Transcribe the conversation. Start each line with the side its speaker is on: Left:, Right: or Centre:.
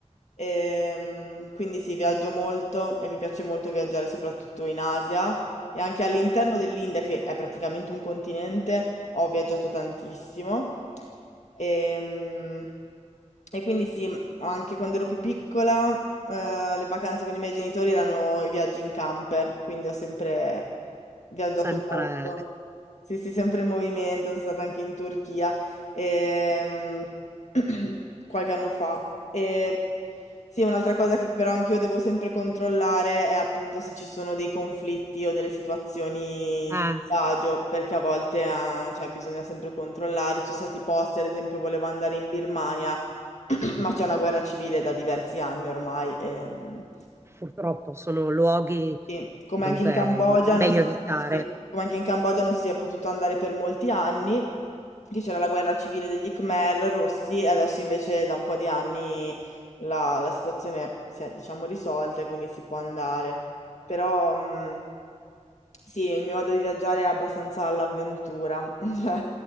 Left: ehm, quindi sì, viaggio molto e mi piace molto viaggiare soprattutto in Asia. E anche all'interno dell'India, che è praticamente un continente, ho viaggiato tantissimo. Ehm, E, quindi sì, anche quando ero più piccola, eh, le vacanze con i miei genitori erano i viaggi in camper, quindi ho sempre viaggiato
Right: sempre,
Left: molto. Sì, sì, sempre in movimento, sono stata anche in Turchia ehm, <clears throat> qualche anno fa. E sì, un'altra cosa che però anch'io devo sempre controllare è appunto se ci sono dei conflitti o delle situazioni
Right: eh,
Left: di disagio, perché a volte ah, cioè, bisogna sempre controllare. Ci sono stati posti, ad esempio, volevo andare in Birmania, <clears throat> ma c'è una guerra civile da diversi anni ormai. ehm,
Right: purtroppo sono luoghi
Left: sì, come
Right: dove
Left: anche in Cambogia
Right: è meglio
Left: non si,
Right: evitare.
Left: sì, come anche in Cambogia non si è potuto andare per molti anni, che c'era la guerra civile degli Khmer rossi, e adesso invece da un po' di anni la, la situazione si è, diciamo, risolta e quindi si può andare. Però, mh, sì, il mio modo di viaggiare è abbastanza all'avventura, <laughs> cioè,